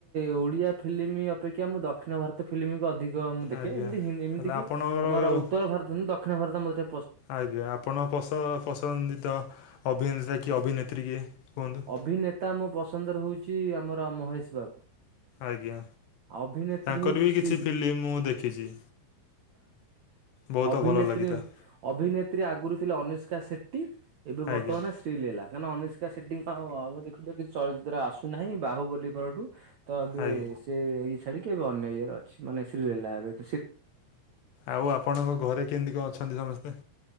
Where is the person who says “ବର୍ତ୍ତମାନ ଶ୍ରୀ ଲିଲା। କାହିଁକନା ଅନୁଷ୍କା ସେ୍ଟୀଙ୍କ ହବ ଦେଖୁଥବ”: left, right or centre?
Right